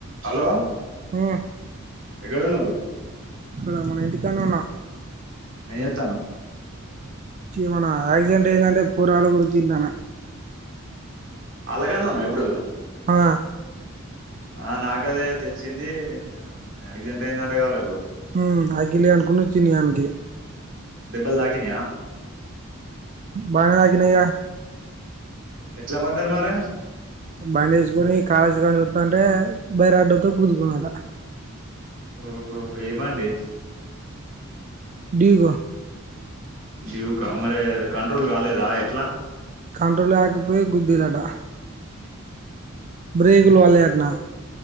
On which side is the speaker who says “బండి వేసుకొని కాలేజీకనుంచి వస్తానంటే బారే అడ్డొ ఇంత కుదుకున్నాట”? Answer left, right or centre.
Right